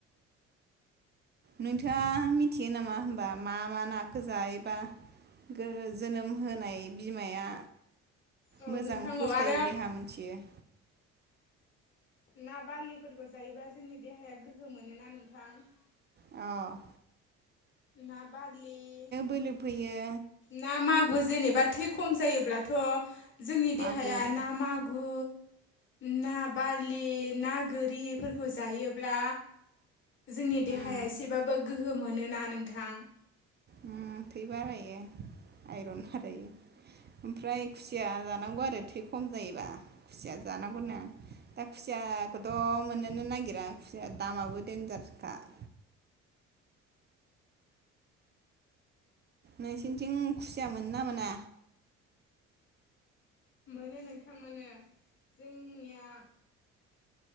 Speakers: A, on the right (about 30°); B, on the left (about 35°).
A: नोंथाङा मिथियो नामा होमबा मा मा नाखौ जायोबा गो गो जोनोम होनाय बिमाया
B: औ
A: मोजां
B: नोंथां
A: फुस्थायु
B: औ आरो
A: देहा मोनथियो।
B: ना बारलिफोरखौ जायोब्ला जोंनि देहाया गोहो मोनोना नोंथां।
A: औ
B: ना बारलि
A: बोलो फैयो
B: ना मागु जेनेबा थै खम जायोब्लाथ' जोंनि
A: मागुर
B: देहाया ना मागुर ना बारलि ना गोरिफोरखौ जायोब्ला जोंनि देहाया
A: उम
B: एसेबाबो गोहो मोनोना नोंथां।
A: उम थै बारायो आइरन बारायो। ओमफ्राय खुसिया जानांगौ आरो थै खम जायोबा खुसिया जानांगौ नो। दा खुसियाखौथ' मोननोनो नागिरा खुसिया दामाबो देनजारखा। <inaudible> नोंसिनिथिं खुसिया मोनो ना मोना?
B: मोनो नोंथां मोनो जोंनिया